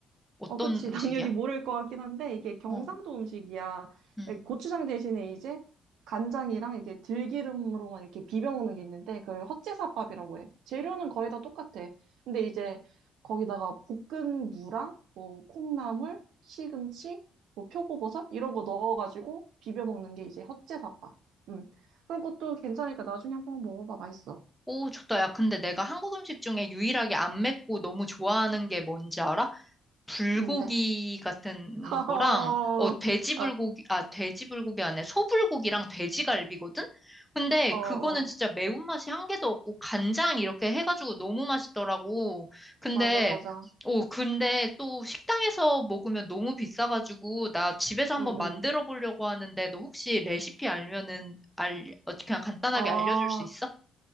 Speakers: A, in the centre; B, on the right (about 80°).
A: 어떤
B: 어, 그치.
A: 음식이야?
B: <laughs> 당연히 모를 것 같긴 한데, 이게 경상도
A: 어,
B: 음식이야.
A: 음.
B: 예, 고추장 대신에 이제 간장이랑 이게 들기름으로만 이렇게 비벼 먹는 게 있는데, 그걸 헛제사밥이라고 해. 재료는 거의 다 똑같아. 근데 이제 거기다가 볶은 무랑, 뭐, 콩나물, 시금치, 뭐, 표고버섯, 이런 거 넣어가지고 비벼 먹는 게 이제 헛제사밥. 음 그런 것도 괜찮으니까 나중에 한번 먹어봐. 맛있어.
A: 오, 좋다. 야, 근데 내가 한국 음식 중에 유일하게 안 맵고 너무 좋아하는 게 뭔지 알아? 불고기
B: 뭔데?
A: 같은
B: <laughs>
A: 거랑, 어, 돼지 불고기, 아, 돼지 불고기 안에 소불고기랑 돼지갈비거든? 근데
B: 어, 어,
A: 그거는
B: 어,
A: 진짜 매운맛이 한 개도 없고, 간장 이렇게 해가지고 너무 맛있더라고. 근데,
B: 맞아, 맞아.
A: 오, 근데 또 식당에서 먹으면 너무 비싸가지고, 나 집에서 한번
B: 응,
A: 만들어
B: 응.
A: 보려고 하는데, 너 혹시 레시피 알면은, 알, 어, 그냥 간단하게
B: 아,
A: 알려줄 수 있어?